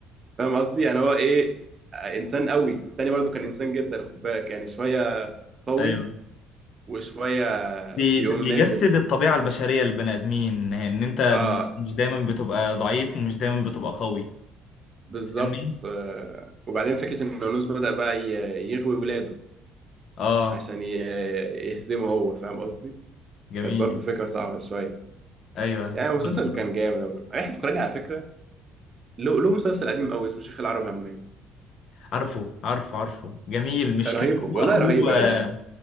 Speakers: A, on the right (about 35°); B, on the left (about 60°).
A: فاهم قصدي يعني هو ايه آه، انسان قوي التاني برضو كان انسان جدا خد بالك يعني شويه قوي
B: ايوه
A: وشويه
B: بي
A: بيقوم
B: بيجسد
A: نازل
B: الطبيعة البشرية للبني آدمين ان انت
A: اه
B: مش مش دايما بتبقى ضعيف ومش دايما بتبقى قوي
A: بالظبط
B: فاهمني
A: آه. وبعدين فكره ان يونس بدأ بقى ي- يغوي ولاده
B: اه
A: عشان ي- يهزمه هو فاهم قصدي
B: جميل
A: كانت برضو فكره صعبه شويه
B: ايوه
A: يعني
B: فاهمك
A: المسلسل كان جامد احنا فكرني على فكره له له مسلسل قديم قوي اسمه شيخ العرب همام
B: عارفه عارفه عارفه جميل مش
A: رهيب
B: كان اخوه
A: والله
B: اخوه
A: رهيب يا جدعان
B: آه،